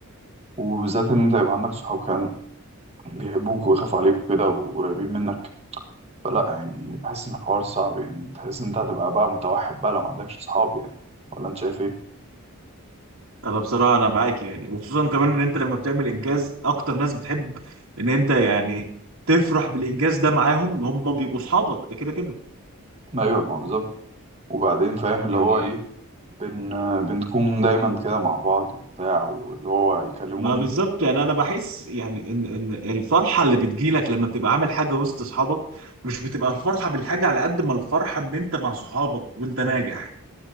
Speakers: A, on the right (about 30°); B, on the right (about 60°).
A: وبالذات إن أنت يبقى عندك صحاب كان بيحبوك ويخافوا عليك وكده وقريبين منك فلأ يعني بحس إن الحوار صعب يعني تحس إن أنت هتبقى بقى متوحد بقى لو ما عندكش صحاب يعني ولا أنت شايف إيه؟
B: انا بصراحه انا معاك يعني وخصوصا كمان ان انت لما بتعمل انجاز اكتر ناس بتحب ان انت يعني تفرح بالانجاز ده معاهم هم بيبقوا صحابك ده كده كده
A: ما أيوه ما هو بالظبط وبعدين فاهم اللي
B: يعني
A: هو إيه بن بنكون دايما كده مع بعض وبتاع واللي هو يكلموني
B: ما بالظبط يعني انا بحس يعني ان ان الفرحه اللي بتجيلك لما بتبقى عامل حاجه وسط اصحابك مش بتبقى الفرحه بالحاجه على قد ما الفرحه ان انت مع صحابك وانت ناجح